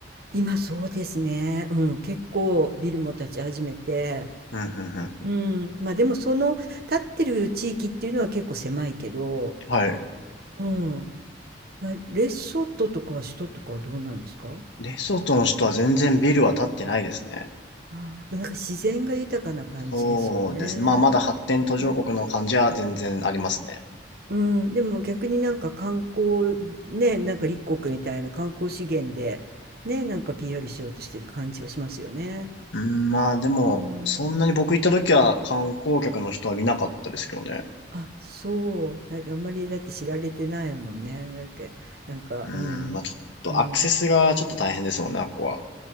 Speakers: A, on the right (about 55°); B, on the left (about 80°).
A: 今そうですね。うん、結構ビルも建ち始めて、
B: うん、うん、うん。
A: うん、まあでもその建ってる地域っていうのは結構狭いけど、
B: はい。
A: うん、まあ、レソトとかは首都とかはどうなんですか
B: レソトの首都は全然ビルは立ってないですね。
A: あーなんか自然が豊かな感じですよね。
B: そうですね。まあ、まだ発展途上国の感じは全然ありますね。
A: うん、うん、でも逆になんか観光ね、なんか立国みたいな観光資源でね、なんか PR しようとしてる感じはしますよね。
B: うん、まあ、でも、
A: うん
B: そんなに僕行った時は観光客の人は見なかったですけどね。
A: あ、そう。ああんまりだって知られてないもんね。だっけ、なんか、
B: うん、
A: うん、
B: まあちょっとアクセスがちょっと大変ですもんね、
A: うん。
B: あっこは。